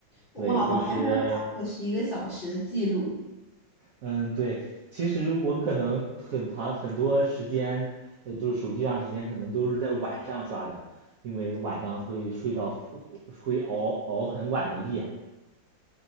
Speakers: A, on the left; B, on the right.
A: 哇，
B: 对，就是，
A: 我还没有打破十一个小时的记录。
B: 嗯，对。其实我可能很长很多时间，呃，就是手机上时间可能都是在晚上刷的，因为晚上会睡到会熬熬很晚的夜，